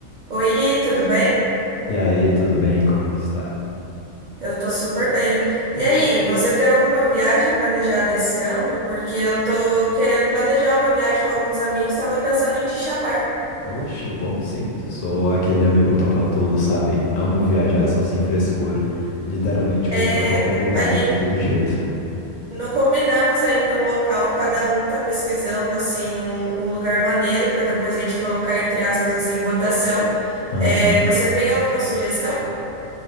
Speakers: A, on the right (about 75°); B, on the left (about 75°).
A: Oi, tudo bem?
B: E aí, tudo bem? Como é que está?
A: Eu tô super bem. E aí, você tem alguma viagem planejada esse ano? Porque eu tô querendo planejar uma viagem com alguns amigos, tava pensando em te chamar.
B: Oxe, vamos sim. Eu sou aquele amigo topa tudo, sabe? Amo viajar, sou sem frescura. Literalmente
A: É,
B: vou pra qualquer lugar
A: a gente
B: de todo jeito.
A: não combinamos ainda um local, cada um tá pesquisando assim um, um lugar maneiro para depois a gente colocar entre aspas assim em votação.
B: Aham.
A: É, você tem alguma sugestão?